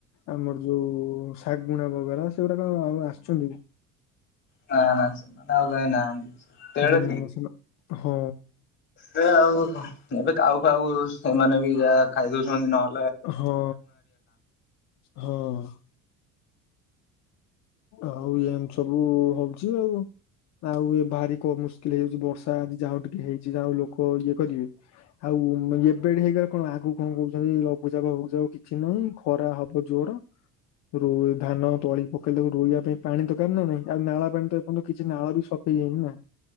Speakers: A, on the left; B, on the left.
A: ଆମର ଯୋଉ ଶାଗୁଣା ବଗେରା, ସେଗୁଡା କଣ ଆଉ ଆସୁଚନ୍ତି କି?
B: <unintelligible> ଆଉ କେହି ନାହାନ୍ତି। ସେତେବେଳେ
A: ହୁଁ, <unintelligible> ହଁ।
B: ହେ ଆଉ, ଏବେ କାଉ ଫାଉ ସେମାନେ ବି ଯାହା ଖାଇଦଉଚନ୍ତି, ନହଲେ
A: ହଁ ହଁ। ଆଉ, ଏମତି ସବୁ ହଉଚି ଆଉ। ଆଉ ଏ ଭାରି କ ମୁସ୍କିଲ ହେଇଯାଉଚି, ବର୍ଷା ଆଜି ଯାହାଉ ଟିକେ ହେଇଚି, ଯାହାଉ ଲୋକ ଇଏ କରିବେ। ଆଉ ଏପେଡେ ହେଇଗଲେ କଣ, ଆଗକୁ କଣ କହୁଚନ୍ତି, ଲଘୁଚାପ ଫଘୁଚାପ କିଛି ନାହିଁ। ଖରା ହବ ଜୋର, ରୋ ଧାନ ତଳି ପ କହିଲି ତାକୁ ରୋଇବା ପାଇଁ ପାଣି ଦରକାର ନା ନାଇ, ଆଉ ନାଳ ପାଣି ତ, ଏପଯ୍ୟନ୍ତ କିଛି ନାଳ ବି ସଫେଇ ହେଇନି ନା।